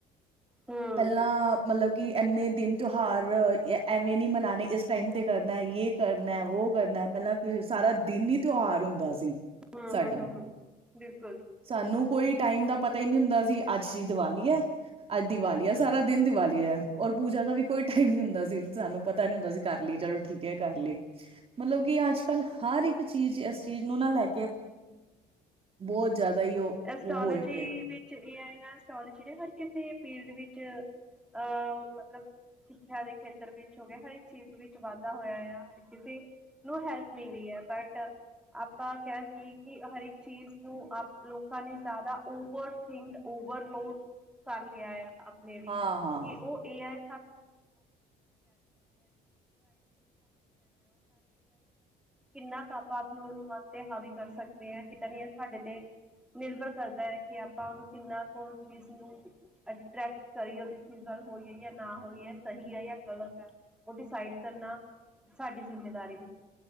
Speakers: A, in the centre; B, on the right.
A: ਹੂੰ
B: ਪਹਿਲਾਂ ਮਤਲਬ ਕਿ ਇੰਨੇ ਦਿਨ ਤਿਉਹਾਰ ਐਵੇਂ ਨਹੀਂੀ ਮਨਾਉਣੇ ਇਸ ਟਾਈਮ 'ਤੇ ਕਰਨਾ ਯ ਕਰਨਾ ਵੋ ਕਰਨਾ ਪਹਿਲਾਂ ਸਾਰਾ ਦਿਨ ਹੀ ਤਿਉਹਾਰ ਹੁੰਦਾ ਸੀ
A: ਹਮ
B: ਸਾਡਾ
A: ਹਮ ਹਮ ਹਮ ਬਿਲਕੁਲ
B: ਸਾਨੂੰ ਕੋਈ ਟਾਈਮ ਦਾ ਪਤਾ ਹੀ ਨਹੀਂੀ ਹੁੰਦਾ ਸੀ ਅੱਜ ਜ ਦੀਵਾਲੀ ਹੈ ਅੱਜ ਦੀਵਾਲੀ ਆ ਸਾਰਾ ਦਿਨ ਦੀਵਾਲੀ ਹੈ ਔਰ ਪੂਜਾ ਦਾ ਵੀ ਕੋਈ ਟਾਈਮ ਨੀ ਹੁੰਦਾ ਸੀ ਸਾਨੂੰ ਪਤਾ ਨੀ ਹੁੰਦਾ ਸੀ ਕਰ ਲਈ ਚਲੋ ਠੀਕ ਹੈ ਕਰ ਲਈ ਮਤਲਬ ਕਿ ਅੱਜ ਕੱਲ ਹਰ ਇੱਕ ਚੀਜ਼ ਚੀਜ਼ ਨੂੰ ਨਾ ਲੈ ਕੇ ਬਹੁਤ ਜ਼ਿਆਦਾ ਹੀ ਉਹ
A: ਐਸਟਾਲੋਜੀ
B: ਉਹ ਹੋਏ ਪਏ
A: ਵਿੱਚ ਜੀ ਨੇ ਹਰ ਕਿਸੇ ਫੀਲਡ ਵਿੱਚ ਅ ਮਤਲਬ ਸਿੱਖਿਆ ਦੇ ਖੇਤਰ ਵਿੱਚ ਹੋ ਗਿਆ ਹਰ ਇੱਕ ਚੀਜ਼ ਵਿੱਚ ਵਾਧਾ ਹੋਇਆ ਆ ਹਰ ਕਿਸੇ ਨੂੰ ਹੈਲਪ ਮਿਲੀ ਹੈ ਬਟ ਆਪਾਂ ਕਿਹਾ ਸੀ ਕਿ ਹਰ ਇੱਕ ਚੀਜ਼ ਕਿ ਆਪ ਲੋਕਾਂ ਨੇ ਜ਼ਿਆਦਾ ਓਵਰ ਥਿੰਕ ਓਵਰਲੋਡ ਕਰ ਲਿਆ ਆ ਆਪਣੇ ਲਈ
B: ਹਾਂ ਹਾਂ
A: ਕਿ ਉਹ ਡੇ ਲ ਕਿੰਨਾ ਕੁ ਆਪਾਂ ਆਪ ਨੂੰ ਉਹਨੂੰਮਨ ਤੇ ਹਾਵੀ ਕਰ ਸਕਦੇ ਹਾਂ ਕਿਦਾਂ ਨਹੀਂ ਹੈ ਸਾਡੇ ਤੇ ਨਿਰਭਰ ਕਰਦਾ ਹੈ ਕਿ ਆਪਾਂ ਉਹਨੂੰ ਕਿੰਨਾ ਕੁ ਚੀਜ਼ ਨੂੰ ਅਟਰ੍ਰੈਕਟ ਕਰੀਏ ਉਹਦੀ ਚੀਜ਼ ਨਾਲ ਹੋਈ ਹੈ ਜਾਂ ਨਾ ਹੋਈਏ ਸਹੀ ਹੈ ਜਾਂ ਗਲਤ ਹੈ ਉਹ ਡਿਸਾਈਡ ਕਰਨਾ ਸਾਡੀ ਜਿੰਮੇਦਾਰੀ